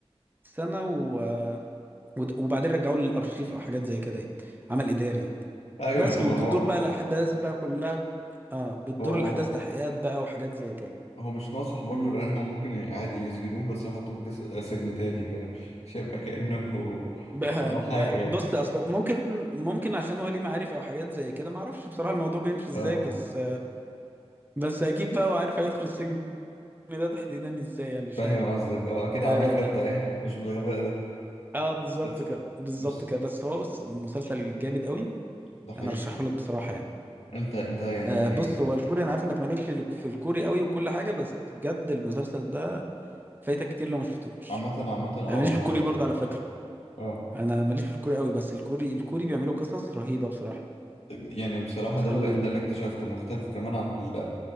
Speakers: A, on the right; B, on the left.
A: سنه و... ود- وبعدين رجعوه للارشيف او حاجات زي كده يعني عمل اداري يعني
B: ايوه
A: بس
B: طب
A: وبتدور
B: ما هو
A: بقى الاحداث بقى كلها اه بتدور
B: هو
A: الاحداث
B: هو
A: تحقيقات بقى وحاجات زي كده
B: هو مش ناصح برضه
A: إمم.
B: لان هو ممكن عادي يسجنوه بس يحطوه في جس... سجن تاني فاهم مش هيبقى كأنه
A: ب-
B: عمل حاجة
A: ب-
B: يعني
A: بص اصلا ممكن ممكن عشان هو ليه معارف او حاجات زي كده ما اعرفش بصراحه الموضوع بيمشي ازاي
B: اه
A: بس بس اكيد بقى هو عارف هيدخل السجن ده تحديدا ازاي يعني مش
B: فاهم
A: عارف
B: قصدك اه اكيد
A: اه,
B: عامل خطة يعني مش بالغباء ده
A: آه بالظبط
B: بس
A: كده بالظبط
B: بص
A: كده بس هو بص مسلسل جامد قوي
B: ده حقيقي
A: انا رشحه لك بصراحه يعني
B: انت انت يعني
A: آه بص هو الكوري انا عارف انك مالكش لك في الكوري قوي وكل حاجه بس بجد المسلسل ده فايتك كتير لو ما شفتوش
B: عامة عامة اه
A: انا ماليش
B: والله
A: في الكوري
B: يعني
A: برضه على فكره
B: اه
A: انا ماليش في الكوري قوي بس الكوري الكوري بيعملوا قصص رهيبه بصراحه
B: يعني بصراحة
A: افكار
B: ده اللي
A: رهيبه
B: ده اللي اكتشفته مختلف كمان عن ال...